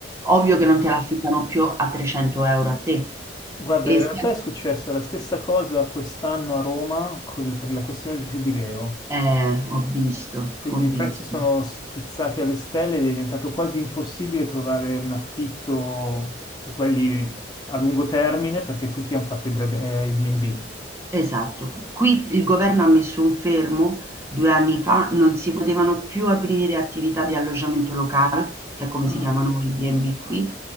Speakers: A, on the right (about 15°); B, on the left (about 20°).
A: ovvio
B: Eh.
A: che non te la affittano più a 300 € a te.
B: Guarda,
A: E
B: in realtà
A: se
B: è successa la stessa cosa quest'anno a Roma col- per la questione del giubileo.
A: Eh, ho visto,
B: Quindi
A: ho
B: i prezzi
A: visto.
B: sono schizzati alle stelle ed è diventato quasi impossibile trovare un affitto di quelli a lungo termine perché tutti hanno fatto i Brad- eh, i B&B.
A: Esatto, qui il governo ha messo un fermo, due anni fa non si potevano più aprire attività di alloggiamento locale, che è come
B: Ah,
A: si chiamano i B&B qui,